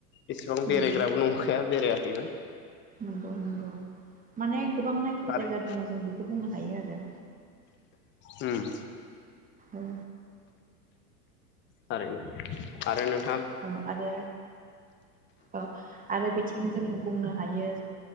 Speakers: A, on the left; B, on the right.
A: एसेबां
B: नंगौ
A: बेरायग्राबो नंखाया बेराया। <unintelligible>
B: नंगौ नंगौ माने गोबां नायथाव
A: थारैनो
B: जायगा दङ' जों बेखौ बुंनो हायो आरो
A: उम।
B: औ।
A: थारैनो मानो <unintelligible>
B: औ आरो औ आरो बिथिं जों बुंनो हायो।